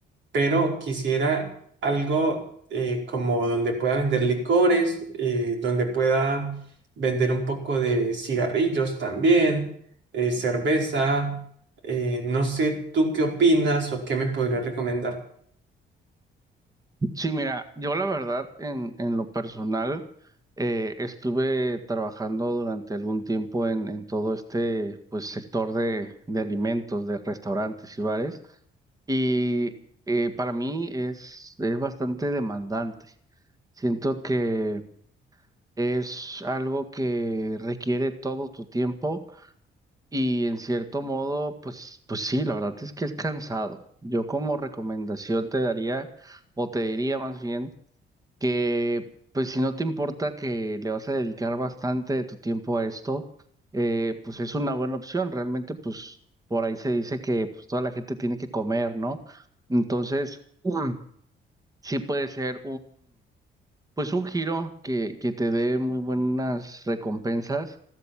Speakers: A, on the right; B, on the right.
A: pero quisiera algo eh, como donde pueda vender licores, eh, donde pueda vender un poco de cigarrillos también, eh, cerveza, eh, no sé tú qué opinas o qué me podrías recomendar.
B: Sí, mira, yo la verdad, en, en lo personal, eh, estuve trabajando durante algún tiempo en, en todo este, pues, sector de, de alimentos, de restaurantes y bares. Y eh, para mí es, es bastante demandante. Siento que es algo que requiere todo tu tiempo y en cierto modo, pues, pues sí, la verdad es que es cansado. Yo como recomendación te daría, o te diría más bien, que pues si no te importa que le vas a dedicar bastante de tu tiempo a esto, eh, pues es una buena opción. Realmente pues por ahí se dice que pues, toda la gente tiene que comer, ¿no? Entonces, <clears throat> Mm. sí puede ser pues un giro que, que te dé muy buenas recompensas,